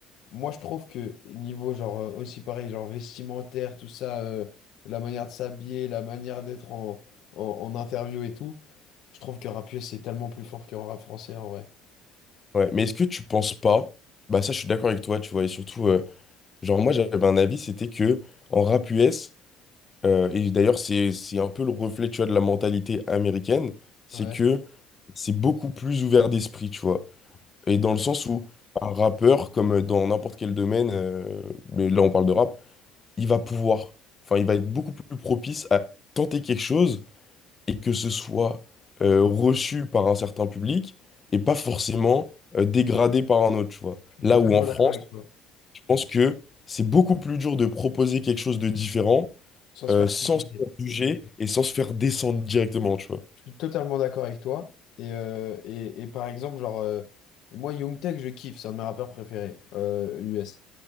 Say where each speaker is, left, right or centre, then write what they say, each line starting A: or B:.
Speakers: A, on the left; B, on the left.
A: moi, je trouve que niveau, genre, euh, aussi pareil, genre vestimentaire, tout ça, euh, la manière de s'habiller, la manière d'être en, en, en interview et tout, je trouve que rap US, c'est tellement plus fort qu'en rap français en vrai.
B: ouais. Mais est-ce que tu penses pas? Bah ça, je suis d'accord avec toi, tu vois. Et surtout, euh, genre moi, j'avais un avis, c'était que en rap US, euh, et d'ailleurs, c'est c'est un peu le reflet, tu vois, de la mentalité américaine, c'est
A: Ouais.
B: que c'est beaucoup plus ouvert d'esprit, tu vois. Et dans le
A: Ouais,
B: sens où un rappeur, comme dans n'importe quel domaine, euh, mais là on parle de rap, il va pouvoir, enfin, il va être beaucoup plus propice à tenter quelque chose et que ce soit euh, reçu par un certain public et pas forcément euh, dégradé par un autre, tu vois.
A: je suis
B: Là
A: totalement
B: où en France,
A: d'accord avec toi,
B: je pense que c'est beaucoup plus dur de proposer quelque chose de différent
A: sans se
B: euh,
A: faire
B: sans
A: critiquer.
B: se faire juger et sans se faire descendre directement, tu vois.
A: Je suis totalement d'accord avec toi. Et, euh, et, et par exemple, genre, euh, moi, Young Thug, je kiffe, c'est un de mes rappeurs préférés, euh, US.